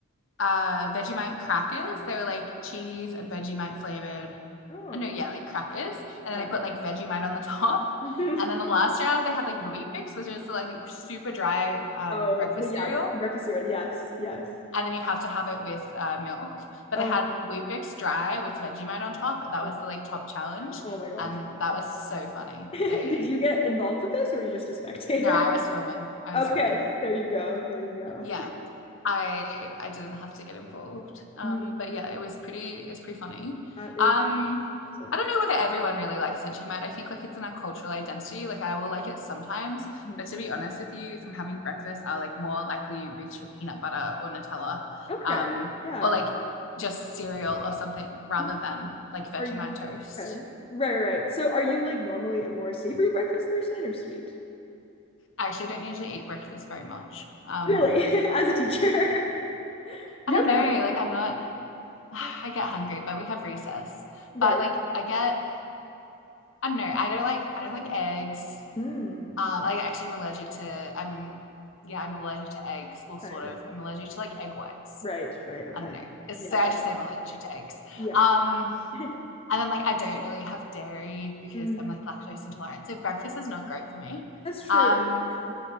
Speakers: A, on the left (about 65°); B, on the left (about 25°).
A: uh Vegemite crackers. They were like cheese and Vegemite flavored.
B: Oh,
A: I know, yeah, like crackers. And then
B: okay.
A: they put like Vegemite on the <laughs> top.
B: hmm
A: And
B: <laughs>
A: then the last round they had like Wheat Bix, which is like super dry um,
B: Oh,
A: breakfast
B: but yeah,
A: cereal
B: the the breakfast cereal. Yes, yes.
A: and then you have to have it with uh, milk. But
B: Oh,
A: they had
B: my-
A: wheat bix dry with Vegemite on top. That
B: God.
A: was the like top challenge,
B: oh my gosh.
A: and that was so funny.
B: <laughs> Did
A: They
B: you get involved with this or were you just a spectator?
A: no, I was
B: <laughs>
A: filming. I
B: Okay,
A: was filming.
B: there you go. There you
A: Yeah, I I didn't have to get involved. Um,
B: go.
A: but yeah, it was pretty it was pretty funny.
B: That is
A: Um,
B: impressive.
A: I don't know whether everyone really likes Veggie Mite. I think like it's in our cultural identity. Like I will like it sometimes,
B: Mhm.
A: but to be honest with you, if I'm having breakfast, I'll like more likely reach for peanut butter or Nutella,
B: Okay.
A: um,
B: Yeah.
A: or like just cereal or something rather
B: Mhm.
A: than like Vegemite
B: Are you
A: toast.
B: okay? Right, right, right. So are you like normally a more savory breakfast person or sweet?
A: I actually don't usually eat breakfast very much. Um,
B: Really, <laughs> as a teacher. <laughs> You
A: I don't
B: don't
A: know.
B: get
A: Like I'm not. <sighs> I
B: Yeah.
A: get hungry, but we have recess.
B: right.
A: But like I get I don't know. I don't like I don't like eggs.
B: Mm.
A: Um, like actually, I'm allergic to I'm yeah I'm allergic to eggs. Well,
B: Okay,
A: sort
B: yeah.
A: of. I'm allergic to like egg whites.
B: Right, right. Okay.
A: I don't know. It's
B: Yeah,
A: so
B: I've
A: I
B: got
A: just say I'm allergic to eggs.
B: Yeah.
A: Um,
B: <laughs>
A: and then like I don't really have dairy because
B: Mm.
A: I'm like lactose intolerant. So breakfast is not great for me.
B: That's true.
A: Um,
B: Yeah.